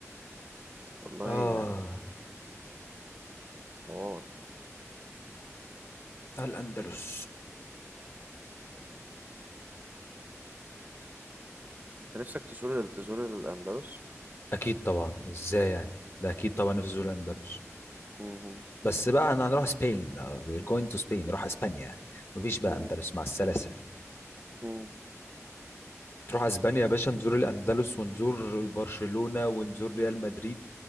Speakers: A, on the right; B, on the left.
A: والله
B: اه
A: يعني حوار
B: الاندلس
A: انت نفسك تزور تزور الاندلس
B: اكيد طبعا ازاي يعني ده اكيد طبعا نفس زول اندلس
A: مم.
B: بس بقى انا هنروح سبين وير جوينج تو سبين نروح اسبانيا مفيش بقى
A: مم.
B: اندلس مع السلاسه
A: مم.
B: تروح اسبانيا يا باشا نزور الاندلس ونزور برشلونه ونزور ريال مدريد